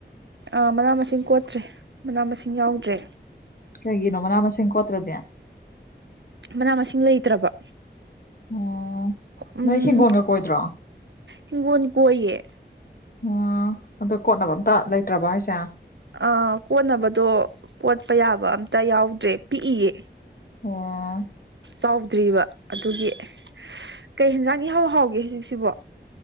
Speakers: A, on the right (about 80°); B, on the left (about 55°).
A: ꯑꯥ ꯃꯅꯥ ꯃꯁꯤꯡ ꯀꯣꯠꯇ꯭ꯔꯦ ꯃꯅꯥ ꯃꯁꯤꯡ ꯌꯥꯎꯗ꯭ꯔꯦ
B: ꯀꯩꯒꯤꯅꯣ ꯃꯥꯅ ꯃꯁꯤꯡ ꯀꯣꯠꯇ꯭ꯔꯥꯗꯤ
A: ꯃꯅꯥ ꯃꯁꯤꯡ ꯂꯩꯇ꯭ꯔꯥꯕ
B: ꯑꯣ
A: ꯎꯝ
B: ꯅꯣꯏ ꯍꯤꯡꯒꯣꯜꯒ ꯀꯣꯏꯗ꯭ꯔꯣ
A: ꯍꯤꯡꯒꯣꯟ ꯀꯣꯏꯌꯦ
B: ꯑꯣ ꯑꯗꯨ ꯀꯣꯠꯅꯕ ꯑꯃꯝꯇ ꯂꯩꯇ꯭ꯔꯥꯕꯣ ꯍꯥꯏꯁꯦ
A: ꯑ ꯀꯣꯠꯅꯕꯗꯣ ꯀꯣꯠꯄ ꯌꯥꯕ ꯑꯃꯝꯇ ꯌꯥꯎꯗ꯭ꯔꯦ ꯄꯤꯛꯏꯌꯦ
B: ꯑꯣ
A: ꯆꯥꯎꯗ꯭ꯔꯤꯕ ꯑꯗꯨꯒꯤ ꯀꯩ ꯍꯦꯟꯖꯥꯡꯅ ꯏꯍꯥꯎ ꯍꯥꯎꯒꯦ ꯍꯧꯖꯤꯛꯁꯤꯕꯣ